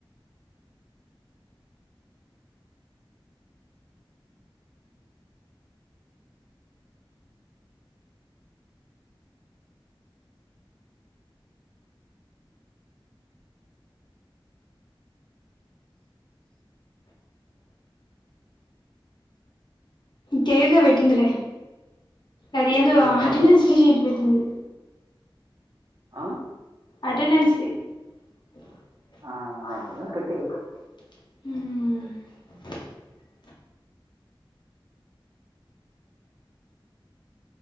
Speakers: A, on the left; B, on the right.
A: గేదె వెటిందిలే అది
B: పెట్టింది
A: ఏందో
B: ఇక
A: అటు నంచి ఇటు పెట్టింది
B: ఆ
A: అటెండెన్స్ది <inaudible>
B: ఆ అదండి పెట్టేయ్
A: ఆ